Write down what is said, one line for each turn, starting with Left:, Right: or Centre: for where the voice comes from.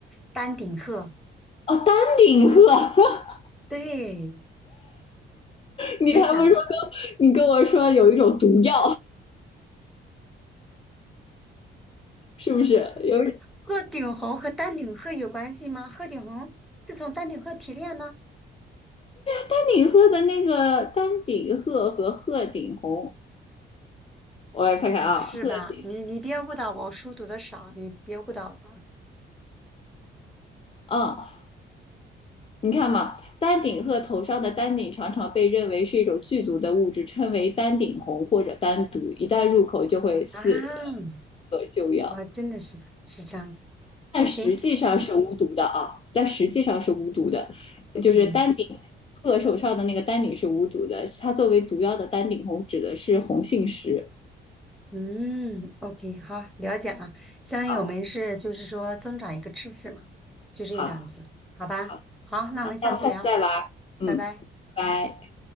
Centre: 丹顶鹤。
Left: 哦，丹顶鹤，<laughs>
Centre: 对，
Left: 你还不说
Centre: 没想到
Left: 跟你跟我说有一种毒药，是不是？有
Centre: 鹤顶红和丹顶鹤有关系吗？鹤顶红是从丹顶鹤提炼呢？
Left: 丹顶鹤的那个丹顶鹤和鹤顶红，我来看看啊，
Centre: 不是吧？
Left: 鹤顶
Centre: 你你别误导我，我书读的少，你别误导我
Left: 啊，嗯，你看嘛，丹顶鹤头上的丹顶常常被认为是一种剧毒的物质，称为丹顶红或者丹毒，一旦入口就会死人
Centre: 啊！
Left: 和救药。
Centre: 我真的是是这样子。
Left: 但实际上是无毒的啊，
Centre: 那行
Left: 但实际上是无毒的，
Centre: ，OK，
Left: 就是丹顶鹤手上的那个丹顶是无毒的，它作为毒药的丹顶红指的是红杏石。
Centre: 嗯，OK，好，了解了。相当于我们是就是说增长一个知识嘛，
Left: 好，
Centre: 就这样子，
Left: 好，
Centre: 好吧？
Left: 好，
Centre: 好，那我们下次聊，
Left: 那我们下次再玩儿嗯，
Centre: 拜拜。
Left: 拜拜。